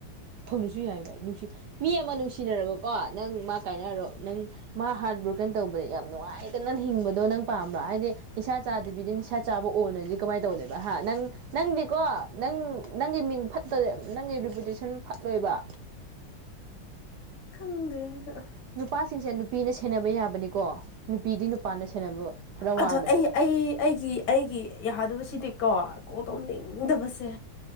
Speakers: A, on the right (about 75°); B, on the left (about 75°).
A: ꯐꯪꯗ꯭ꯔꯁꯨ ꯌꯥꯏ ꯀꯩꯅꯣ ꯅꯨꯡꯁꯤ ꯃꯤ ꯑꯃ ꯅꯨꯡꯁꯤꯅꯔꯒꯀꯣ ꯅꯪ ꯃꯥ ꯀꯥꯏꯅꯔꯣ ꯅꯪ ꯃꯥ ꯍꯥꯔꯠ ꯕ꯭ꯣꯔꯀꯟ ꯇꯧꯕꯗ ꯌꯥꯝ ꯅꯨꯡꯉꯥꯏꯇꯅ ꯍꯤꯡꯕꯗꯣ ꯅꯪ ꯄꯥꯝꯕ꯭ꯔ ꯍꯥꯏꯗꯤ ꯅꯤꯁꯥ ꯆꯥꯗꯕꯤꯗ ꯅꯤꯁꯥ ꯆꯥꯕ ꯑꯣꯜꯂꯗꯤ ꯀꯃꯥꯏ ꯇꯧꯗꯨꯏꯕ ꯍꯥ ꯅꯪ ꯅꯪꯗꯤꯀꯣ ꯅꯪ ꯅꯪꯒꯤ ꯃꯤꯡ ꯐꯠ ꯇꯗꯤ ꯅꯪꯒꯤ ꯔꯤꯄꯨꯇꯦꯁꯟ ꯐꯠꯂꯣꯏꯕ
B: ꯈꯪꯗꯦꯗ
A: ꯅꯨꯄꯥꯁꯤꯡꯁꯦ ꯅꯨꯄꯤꯅ ꯁꯦꯟꯅꯕ ꯌꯥꯕꯅꯤꯀꯣ ꯅꯨꯄꯤꯗꯤ ꯅꯨꯄꯥꯅ ꯁꯦꯟꯅꯕ ꯈꯔ ꯋꯥꯕꯅꯤ
B: ꯑꯗꯣ ꯑꯩ ꯑꯩ ꯑꯩꯒꯤ ꯑꯩꯒꯤ ꯌꯥꯗꯕꯁꯤꯗꯤꯀꯣ ꯀꯣꯜ ꯇꯧꯅꯤꯡꯗꯕꯁꯦ